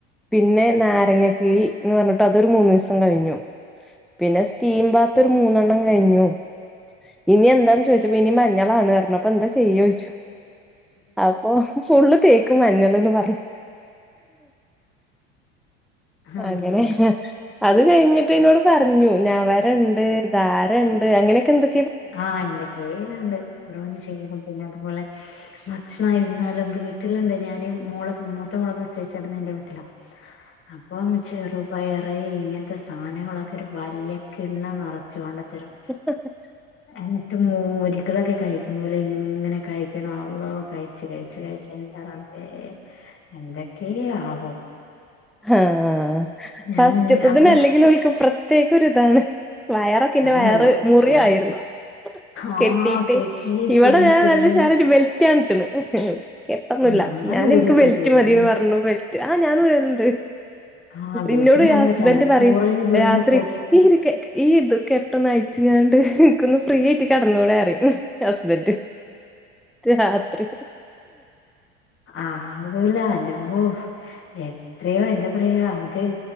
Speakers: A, in the centre; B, on the left.
A: പിന്നെ നാരങ്ങ കിഴിന്ന് പർഞ്ഞിട്ട് അതൊരു മൂന്നീസം കഴിഞ്ഞു പിന്നെ സ്റ്റീം ബാത്തൊരു മൂന്നെണ്ണം കഴിഞ്ഞു ഇനി എന്താന്ന് ചോയ്ച്ച പ്പ ഇനി മഞ്ഞളാണ് അർഞ്ഞു അപ്പെന്താ ചെയ്യായ്ച്ചു അപ്പം ഫുള്ള് തേക്കും മഞ്ഞള്ന്ന് പർഞ്ഞ്
B: ആ
A: ആങ്ങനെ
B: അള്ളാ
A: അത് കഴിഞ്ഞിട്ട് ന്നോട് പറഞ്ഞു നവരണ്ട് ധാരണ്ട് അങ്ങനെയെക്കെന്താെ
B: ആഹ് എന്തൊക്കേണ്ട് ഓരോന്ന് ചെയ്യലും പിന്നെ അത്പോലെ ഭക്ഷണായ്ര്ന്നാലും വീട്ടില്ണ്ട് ഞാന് മോളെ മൂത്തമോളെ പ്രസവിച്ചട്ന്നെ എന്റെ വീട്ടിലാ അപ്പം ചെറുപയറ് ഇങ്ങൻത്തെ സാനങ്ങളൊക്കൊര് വല്ല്യ കിണ്ണം നെറച്ച് കൊണ്ടെത്തെരും
A: ആഹ്
B: എന്നിട്ട് മൂരികളൊക്കെ കഴിക്കുംപോലെ ഇങ്ങനെ കഴിക്കണം അള്ളോ കഴി ച്ച് കഴിച്ച് കഴിച്ച് എന്റെ റബ്ബേ എന്തെക്കേ ആവും
A: ആഹ്
B: ഞാൻ
A: ഫസ്റ്റ്ത്തത്തിന്
B: അവിടെ
A: അല്ലെങ്കിലും ഓൽക്ക് പ്രത്യേക ഒര്താണ് വയറൊക്കെന്റെ
B: അതിന്
A: വയറ്
B: ഓ
A: മുറ്യായ്ര്ന്നു
B: ഓര ആഹ്
A: കെട്ടീട്ട്
B: കെട്ടിയിട്ട്
A: ഇവിടെ ഞാൻ
B: ചുമ്മും
A: നല്ലഷാറായ്ട്ട് ബെൽറ്റാട്ട്ണ് കെട്ടൊന്നുല്ല
B: ഞാൻ
A: ഞാന്
B: ഊരൊക്കെ
A: ഇൻക്ക് ബെൽറ്റ്
B: ചെയ്യും
A: മതീന്ന് പർഞ്ഞു ബെൽറ്റ് ആഹ് ഞാന് ഊരല്ണ്ട്
B: ആഹ് വീട്ടിന്നാന്ന്
A: ഇന്നോട് ഇന്റെ ഹസ്ബന്റ്
B: പറ്റാല്ല
A: പറിം
B: ചൊറിഞ്ഞ് ചൊറിഞ്ഞ്
A: രാത്രി
B: പൊട്ടും
A: ഈ ഇത് കെ ഈ ഇത് കെട്ടോന്ന് അയ്ച്ച്ങ്ങാണ്ട് അൻക്കൊന്ന് ഫ്രീയായിട്ട് കെട്ന്നൂടെ അറിം ഹസ്ബൻ രാത്രി
B: ആവൂല അന്റെമ്മോ എത്രയോ എന്താ പറയാ അമക്ക്